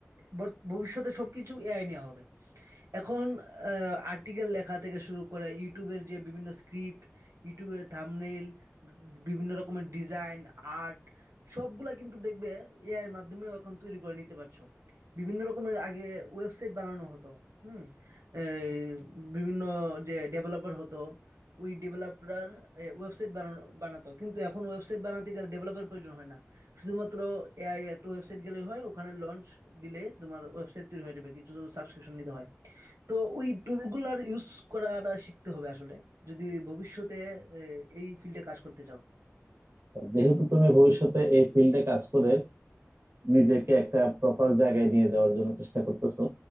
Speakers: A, on the right (about 70°); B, on the right (about 55°).
A: বর- ভবিষ্যতে সবকিছু এআই নেওয়া হবে এখন আর্টিকেল লেখা থেকে শুরু করে ইউটিউবের যে বিভিন্ন স্ক্রিপ্ট ইউটিউবের থাম্বনেল বিভিন্ন রকমের ডিজাইন আর্ট সবগুলা কিন্তু দেখবে এআই এর মাধ্যমে এখন তৈরি করে নিতে পারছো বিভিন্ন রকমের আগে ওয়েবসাইট বানানো হতো হুম এই বিভিন্ন যে ডেভেলপার হতো ওই ডেভেলপার ওয়েবসাইট বানানো বানাতো কিন্তু এখন ওয়েবসাইট বানাতে গেলে ডেভেলপার প্রয়োজন হয় না শুধুমাত্র এআই একটা ওয়েবসাইট গেলেই হয় ওখানে লঞ্চ দিলে তোমার ওয়েবসাইট তৈরি হয়ে যাবে কিছু সাবস্ক্রিপশন নিতে হয় তো ওই টুলগুলার ইউজ করাটা শিখতে হবে আসলে যদি ভবিষ্যতে আহ, এই ফিল্ডে কাজ করতে চাও
B: যেহেতু তুমি ভবিষ্যতে এই ফিল্ডে কাজ করে নিজেকে একটা প্রপার জায়গায় নিয়ে যাওয়ার জন্য চেষ্টা করতেছো